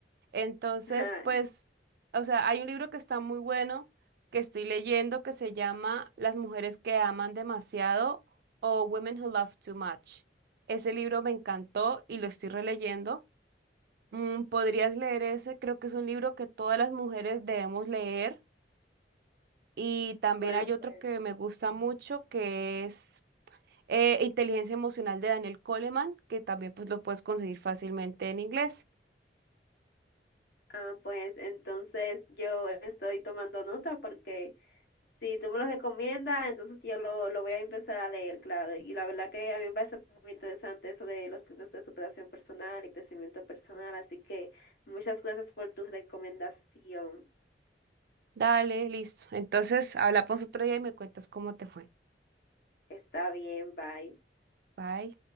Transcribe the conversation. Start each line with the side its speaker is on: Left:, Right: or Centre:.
Right: Entonces,
Left: <laughs>
Right: pues, o sea, hay un libro que está muy bueno que estoy leyendo que se llama Las mujeres que aman demasiado o Women Who Love Too Much. Ese libro me encantó y lo estoy releyendo. Mm, podrías leer ese, creo que es un libro que todas las mujeres debemos leer. Y también
Left: bueno,
Right: hay otro
Left: pues,
Right: que me gusta mucho que es eh, Inteligencia Emocional de Daniel Coleman, que también pues lo puedes conseguir fácilmente en inglés.
Left: ah, pues entonces yo estoy tomando nota porque Si tú me los recomiendas, entonces yo lo, lo voy a empezar a leer, claro. Y la verdad que a mí me parece muy interesante eso de los libros de superación personal y crecimiento personal. Así que muchas gracias por tu recomendación.
Right: Dale, listo. Entonces, hablamos otro día y me cuentas cómo te fue.
Left: Está bien, bye.
Right: Bye.